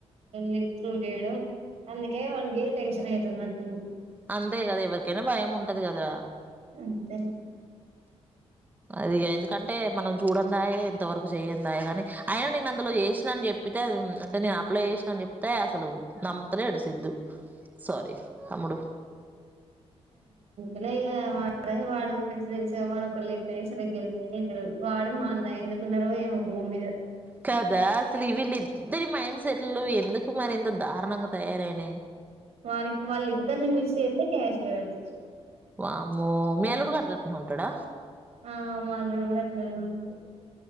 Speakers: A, on the right; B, on the right.
A: లింక్ త్రూ చేయడం అందుకే వానికి టెన్షన్ అవుతున్నట్టు
B: అంతే కదా ఎవరికైనా భయం ఉంటది కదా
A: అంతే
B: అది ఎందుకంటే మనం చూడందాయ ఇంతవరకు చేయ్యందాయ కాని అయిన నేను అందులో చేసినా అని చెప్పితే అ అంటే నేను అప్లై చేసినా అని చెప్తే అసలు నమ్మతలేడు సిద్దు సారీ తమ్ముడు
A: ఇలా వా వాడి మంచి తెలిసా వాడు ఒకళ్రుు చెప్పే వాడు మా ఏం తెలవదు వాడు న్నా ఎందుకున్నారో ఏమో భూమి మీద
B: కదా అసలు వ వీళ్ళ ఇద్దరి మైండ్ సెట్లు ఎందుకు మరి ఇంత దారుణంగా తయారయినై
A: వాకి వాళ్ళ ఇద్దరిని మిస్ చేయితే క్యాష్ చేయడచ్చు
B: వామ్మో మీ అల్లుడుగారు అట్లనే ఉంటా
A: ఆ మా అల్లుడు కూడా అట్లనే ఉంటాడు